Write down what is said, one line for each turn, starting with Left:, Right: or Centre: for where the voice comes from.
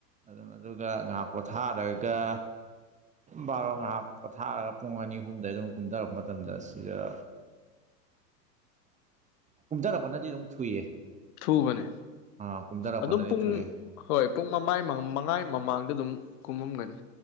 Right: ꯑꯗꯨꯝ ꯑꯗꯨꯒ ꯉꯥꯍꯥꯛ ꯄꯣꯊꯥꯔꯒ ꯕꯥꯔꯣ ꯉꯍꯥꯛ ꯄꯣꯊꯥꯔꯒ ꯄꯨꯡ ꯑꯅꯤ ꯑꯍꯨꯝꯗꯩ ꯑꯗꯨꯝ ꯀꯨꯝꯊꯔꯛꯄ ꯃꯇꯝꯗ ꯁꯤꯗ
Left: <inaudible>
Right: ꯀꯨꯝꯊꯔꯛꯄꯅꯗꯤ ꯑꯗꯨꯝ ꯊꯨꯏꯌꯦ
Left: ꯊꯨꯕꯅꯦ
Right: ꯑꯥ ꯀꯨꯝꯊꯔꯛꯄꯅꯗꯤ
Left: ꯑꯗꯨꯝ ꯄꯨꯡ
Right: ꯊꯨꯏꯌꯦ
Left: ꯍꯣꯏ ꯄꯨꯡ ꯃꯃꯥꯏ ꯃꯉꯥꯏ ꯃꯃꯥꯡꯗ ꯑꯗꯨꯝ ꯀꯨꯝꯃꯝꯒꯅꯤ